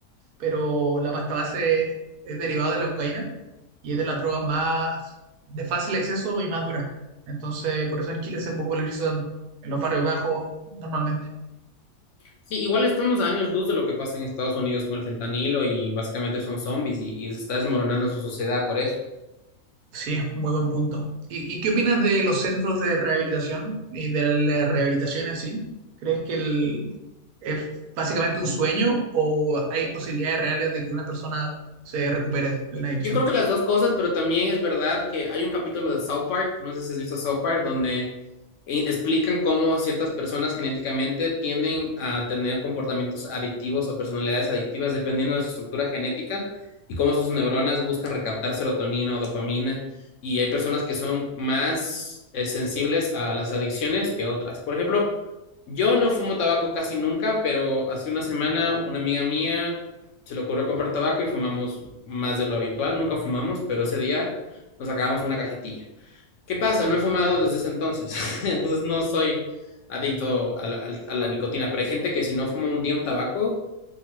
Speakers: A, on the right; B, on the left.
A: pero la pasta base es derivada de la cocaína y es de las drogas más de fácil acceso y más duras. Entonces, por eso en Chile se populariza tanto, en los barrios bajos normalmente.
B: Sí, igual estamos a años luz de lo que pasa en Estados Unidos con el fentanilo y básicamente son zombies y, y se está desmoronando su sociedad por eso.
A: Sí, muy buen punto. ¿Y, y qué opinas de los centros de rehabilitación y de la, la rehabilitación en sí? ¿Crees que el- es básicamente un sueño o hay posibilidades reales de que una persona se recupere de una adicción?
B: Yo creo que las dos cosas, pero también es verdad que hay un capítulo de South Park, no sé si has visto South Park, donde eh, explican cómo ciertas personas genéticamente tienden a tener comportamientos adictivos o personalidades adictivas dependiendo de su estructura genética y cómo sus neuronas buscan recaptar serotonina o dopamina. Y hay personas que son más eh, sensibles a las adicciones que otras. Por ejemplo, yo no fumo tabaco casi nunca, pero hace una semana una amiga mía se le ocurrió comprar tabaco y fumamos más de lo habitual. Nunca fumamos, pero ese día nos acabamos una cajetilla. ¿Qué pasa? No he fumado desde ese entonces. <laughs> entonces no soy adicto a la, a la, nicotina, pero hay gente que si no fuma un día un tabaco,